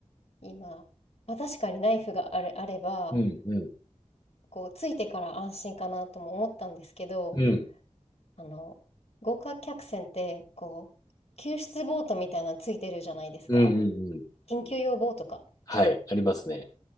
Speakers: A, on the left; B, on the left.
A: 今、まあ、確かにナイフがあれ、あれば、
B: うん。うん。
A: こう、ついてから安心かなとも思ったんですけど、
B: うん。うん。
A: あの、豪華客船って、こう、救出ボートみたいなのついてるじゃないですか。
B: うんうん
A: 緊急用ボートか。
B: はい。ありますね。